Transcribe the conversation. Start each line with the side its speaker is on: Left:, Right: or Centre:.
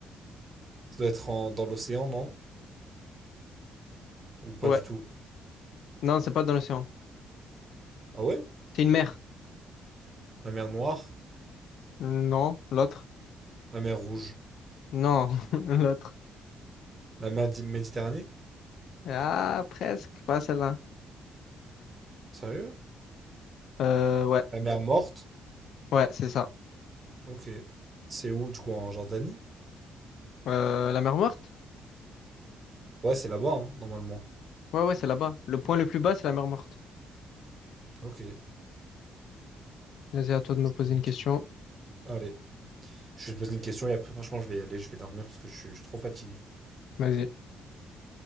Right: ça doit être en- dans l'océan, non? Ou pas
Left: Ouais.
Right: du tout?
Left: Non, c'est pas dans l'océan.
Right: Ah ouais?
Left: C'est une mère.
Right: La mer Noire?
Left: Non, l'autre.
Right: La mer Rouge?
Left: Non, <laughs> l'autre.
Right: La mer Di- Méditerranée?
Left: Ah, presque, pas celle-là.
Right: Sérieux?
Left: Euh, ouais,
Right: La mer Morte?
Left: ouais, c'est ça.
Right: Ok. C'est où, du coup, en Jordanie?
Left: Euh, la mer morte?
Right: Ouais, c'est là-bas, hein, normalement.
Left: Ouais, ouais, c'est là-bas. Le point le plus bas, c'est la mer morte.
Right: Ok.
Left: Vas-y, à toi de me poser
Right: Ok.
Left: une question.
Right: Allez, je vais te poser une question et après, franchement, je vais y aller, je vais dormir parce que je suis, je suis trop fatigué.
Left: Vas-y.